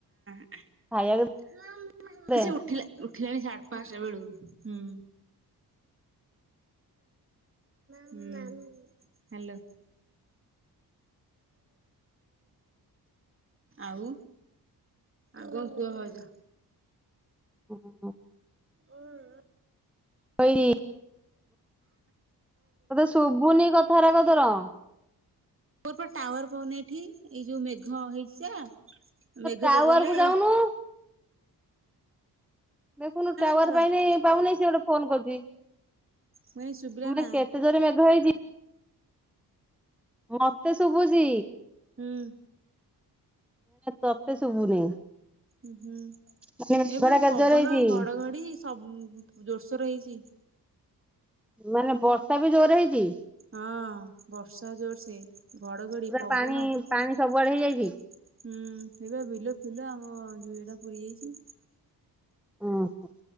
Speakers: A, on the right; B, in the centre.
A: ହୁଁ
B: ଖାଇବାକୁ ଦେ
A: ସେ ଉଠିଲା ଠିଲିଣି ସାଢ଼େ ପାଞ୍ଚଟା ବେଳୁ ହୁଁ। ହୁଁ ହ୍ୟାଲୋ। ଆଉ ଆଉ କଣ କୁହ ଭାଉଜ।
B: ଉଁ ହୁଁ ହୁଁ।
A: ଉଁ ଉଁ।
B: ତ ଇଏ ତେ ଶୁବୁନି କ ଥର କ ତୁ ରହ।
A: ମୋର ପା ଟାୱାର ପାଉନି ଏଠି ଏଇ ଯୋଉ ମେଘ ହେଇଛି ଯାହା ମେଘ
B: ଟାୱାର
A: ପକେଇଲେ
B: କୁ ଯାଉନୁ। ଦେଖୁନୁ ଟାୱାର
A: ଏଥର
B: ପାଇଁ
A: ମୁଁ
B: ପାଇନି ପାଉନି ସେ ଗୋଟେ ଫୋନ କରିଦେଇଚି।
A: କହିଲି ଶୁଭିଲା
B: ମାନେ
A: ନା
B: କେତେ ଜୋର ମେଘ ହେଇଚି? ମତେ ଶୁଭୁଛି
A: ହୁଁ
B: ତତେ ଶୁଭୁନି।
A: ହ ହୁଁ।
B: ମାନେ ମେଘଟା
A: ଏପଟେ
B: କେତେ
A: ପବନ
B: ଜୋରେ ହେଇଛି
A: ଘଡଘଡି ସବ ଜୋରସୋର ହେଇଚି।
B: ମାନେ ବର୍ଷା ବି ଜୋର ହେଇଚି।
A: ହଁ ବର୍ଷା ଜୋର ସେ ଘଡଘଡି
B: ପୁରା
A: ପବନ
B: ପାଣି
A: ହୁଁ
B: ପାଣି ସବୁଆଡେ ହେଇଯାଇଛି
A: ଏବେ ବିଲ ଫିଲ ଆମ ଯଟା ପୁରି ଯାଇଛି।
B: ଓ ହୋ।